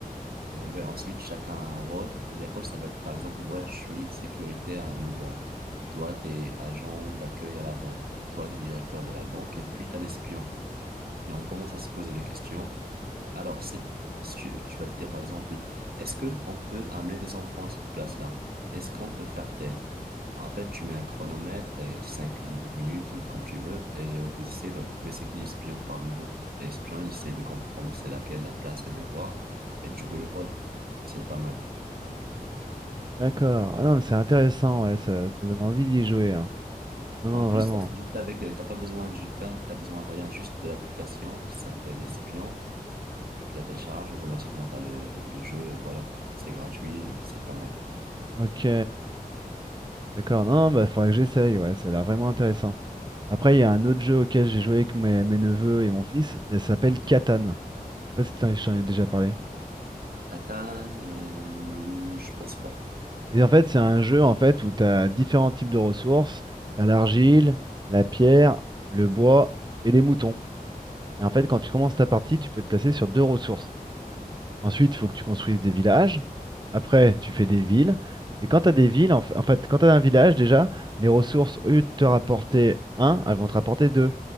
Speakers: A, on the right; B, on the right.
A: euh, ouais, ensuite, chacun a un rôle. Et les rôles, ça va être, par exemple, moi, je suis sécurité à une banque. Toi, t'es agent d'accueil à la banque. Toi, t'es directeur de la banque. Et puis, t'as l'espion. Et on commence à se poser des questions. Alors, c'est, si tu, tu vas te dire par exemple, est-ce que on peut amener des enfants à cette place-là? Est-ce qu'on peut faire tel? En fait, tu mets un chronomètre et cinq dix minutes, ou comme tu veux, et vous essayez de retrouver c'est qui l'espion parmi vous. Et L'espion, il essaie de comprendre c'est laquelle la place et de voir et de jouer les rôles. Et c'est pas mal.
B: D'accord. Ah non, mais c'est intéressant, ouais, ça, ça donne envie d'y jouer, hein. Non, non,
A: En plus,
B: vraiment.
A: ça, c'est juste avec, euh, t'as pas besoin de jeu de cartes, t'as besoin de rien, juste de l'application qui s'appelle Espion. Tu la télécharges, automatiquement t'as le, le jeu et voilà. C'est gratuit et c'est pas mal.
B: Ok, d'accord. Non, bah faudrait que j'essaye, ouais, ça a l'air vraiment intéressant. Après, il y a un autre jeu auquel j'ai joué avec mes, mes neveux et mon fils, ça s'appelle Catan. Je sais pas si t'en- je t'en ai déjà parlé.
A: Platane, euh, je pense pas.
B: Et en fait, c'est un jeu en fait où tu as différents types de ressources. Tu as l'argile, la pierre, le bois et les moutons. Et en fait, quand tu commences ta partie, tu peux te placer sur deux ressources. Ensuite, il faut que tu construises des villages. Après, tu fais des villes. Et quand tu as des villes, en fa- en fait, quand tu as un village déjà, les ressources, au lieu de te rapporter un, elles vont te rapporter deux.